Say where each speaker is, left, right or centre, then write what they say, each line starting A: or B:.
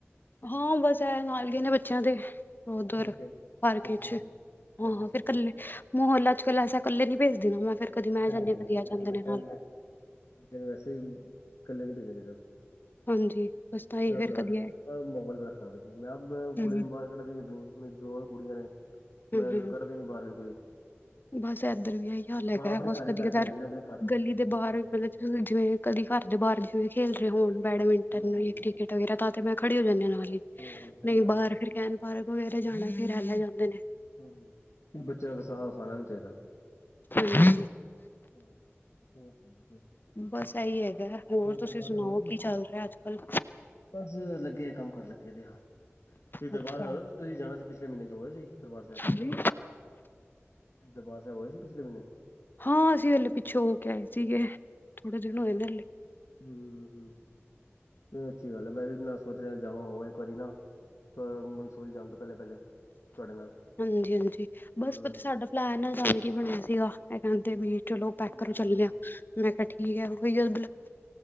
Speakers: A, on the left (about 45°); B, on the left (about 80°).
A: ਹਾਂ ਬਸ ਐ ਨਾਲ ਗ ਨੇ ਬੱਚਿਆਂ ਦੇ ਉਧਰ
B: ਅੱਛਾ ਬੱਚੇ ਅੱਛਾ
A: ਪਾਰਕੇ ਚ
B: ਅੱਛਾ
A: ਹਾਂ
B: ਅੱਛਾ
A: ਫਿਰ
B: ਅੱਛਾ
A: ਕੱਲੇ
B: ਅੱਛਾ
A: ਮੂੰ ਹੋਲਾ ਚਕਲ ਆਸ਼ਾ ਕੱਲ ਨੀ ਭੇਜਦੀ ਮ ਫਿਰ ਕਦੀ ਮੈਂ
B: ਨਹੀਂ
A: ਜਾਂਦੀ ਹਾਂ
B: ਨਹੀਂ
A: ਕਦੀ ਆ ਜਾਂਦੇ
B: <unintelligible> ਬੱਚਾ
A: ਨੇ ਨਾਲ
B: ਬੱਚੇ ਨੂੰ ਵੈਸੇ ਕੱਲੇ ਨੀ ਪੀਣਾ ਜਦੋਂ
A: ਹਾਂਜੀ ਬਸ ਤਾਂ ਹੀ
B: ਬੜਾ
A: ਫੇਰ
B: ਬੁਰਾ
A: ਕਦੀ
B: ਹਾਲ ਹੈ। ਮਾਹਗੌਲ ਬੜਾ ਖਰਾਬ ਹੈ। ਜੀ ਮੈਂ
A: ਹਮ
B: ਕੁੜੇ ਬਾਅ ਕੱਢਦੀ ਆਪਣੀ ਮੇਰੀ ਦੋ ਕੁੜੀਆਂ ਨੇ
A: ਹਮ
B: ਮੈਂ
A: ਹਮ
B: ਕੱਢਦੀ ਬਾਹਰਵ ਕੁੜ
A: ਬਸ ਇਏਧਰ ਵੀ ਇਹੀ ਹਾਲ ਹੈਕ ਹੈ।
B: ਆਪਣੇ
A: ਬਸ
B: ਘਰ
A: ਕਦੀ
B: ਹੀ
A: ਕਾਰ
B: ਘਰ ਫਿਰ ਰਹਿੰਦੇ ਆਪਣੇ ਘਰ
A: ਗਲੀ ਦੇ ਬਾਹਰ
B: ਆਸ ਪੜੋਸ
A: ਮਤਲਬ ਜਿਵੇਂ ਕਦੀ ਘਰ ਦੇ ਬਾਹਰ ਜਿਵੇਂ ਖੇਲ ਰਹੇ ਹੋਣ ਬੈਡਮਿੰਟਨ
B: ਹੂੰ-ਹੂੰ,
A: ਜਾਂ ਕ੍ਰਿਕਟ ਵਗੈਰਾ ਤਾਂ ਤੇ ਮੈਂ ਖੜੀ ਹੋ ਜਾਂਦੀ ਹ ਨਾਲ ਹੀ
B: ਹੂੰ-ਹੂੰ ਸਹੀ
A: ਨਹੀਂ
B: ਗੱਲ
A: ਬਾਹਰ
B: ਐ,
A: ਫਰ ਕੈਨ ਪਾਰਕ ਵਗੈਰਾ ਜਾਣਾ ਫ ਹੈਲਾ ਜਾਂਦੇ ਨੇ
B: ਹਮ ਬੱਚਿਆਂ ਵਸ ਸੁਗ ਖਾਣਾ ਨਹੀਂ ਚਾਹੀਦਾ।
A: ਹਮ
B: ਹਮ ਠੀਕ ਹ ਜੀ <unintelligible>
A: ਬਸ ਇਹੀ ਹੈਗਾ ਹੋਰ
B: ਦਰਬਾਰ
A: ਤੁਸੀਂ ਸੁਣਾਓ
B: ਸਾਹਿਬ ਹੋਏ ਸੀ?
A: ਕੀ ਚੱਲ ਰਿਹਾ ਅੱਜ ਕੱਲ
B: ਬਸ ਲੱਗੇ ਆ ਕੰਮ ਕਰਨ ਲੱਗੇ ਤੇ ਹਾਂ ਤੁਸੀਂ ਦਰਬਾਰ
A: ਅੱਛਾ
B: ਸਾਹਿਬ ਤੁਸੀਂ ਜਾਣਾ ਸੀ ਪਿਛਲੇ ਮਹੀਨੇ ਜੋ ਹੋਏ ਸੀ ਦਰਬਾਰ ਸਾਹਿਬ।
A: ਜੀ
B: ਦਰਬਾਰ ਸਾਹਿਬ ਹੋਏ ਸੀ ਪਿਛਲੇ ਮਹੀੇਨੇ
A: ਹਾਂ ਅਸੀਂ ਹਲੇ ਪਿੱਛੋਂ ਹੋ ਕੇ ਆਏ ਸੀਗੇ ਥੋੜੇ ਦਿਨ ਹੋਏ ਨੇ ਹਲੇ
B: ਹਮ ਹਮ ਅੱਛੀ ਗੱਲ ਹੈ ਮੈਂ ਵੀ ਨਾ ਸੋਚ ਰਿਹਾ ਜਾਵਾਂ ਹੋਾਂ ਇੱਕ ਵਾਰੀ ਨਾ ਪਰ ਸੂ ਹੀ ਜਾਣ ਤੋਂ ਪਹਿਲੇ-ਪਹਿਲੇ ਤੁਹਾਡੇ ਨਾਲ
A: ਹਾਂਜੀ- ਹਾਂਜੀ ਬਸ
B: ਹੂੰ।
A: ਪਤਾ ਸਾਡਾ ਪਲੈਨ ਆ ਜਾਾਨਕ ਬਣਿਆ ਸੀਗਾ ਇਹ ਕਹਿੰਦੇ ਵੀ ਚਲੋ ਪੈਕ
B: ਹੂੰ-ਹੂੰ।
A: ਕਰੋ ਚੱਲਿਆ। ਮੈਂ ਕਿਹਾ ਠੀਕ ਹੈ। ਬੁਲਾਇਆ